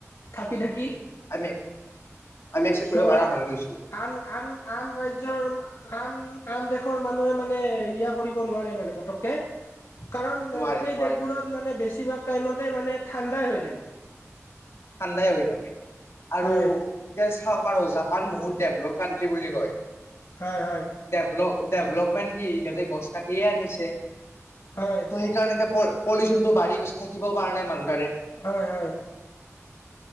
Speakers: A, on the left; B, on the left.
A: থাকি
B: উম,
A: থাকি
B: উম আমি আমি একচেপ্ট
A: চ'
B: কৰিব পাৰা হৈ গৈছো
A: আন আন আন ৰাজ্য নিজৰ আন আন দেশৰ মানুহে মানে ইয়া কৰিব নোৱাৰে মানে পতককে কাৰণ
B: নোৱাৰে
A: সেই
B: নোৱাৰে
A: দেশবোৰত মানে বেছিভাগ টাইমতে মানে ঠাণ্ডাই হৈ থাকে
B: ঠাণ্ডাই হৈ থাকে আৰু
A: হয়
B: এতিয়া পাৰো জাপান বহুত ডেভলপ কানটি বুলি কয়
A: হয় হয়
B: ডেভলপ ডেভলপমেণ্ট কি সিহঁতে গছ কাটিয়ে আনিছে
A: হয়
B: চ' সেইকাৰণে এ বৰ পলিউচনটো বাঢ়ি গৈছে থাকিব পৰানাই মানুহ তাৰে
A: হয় হয়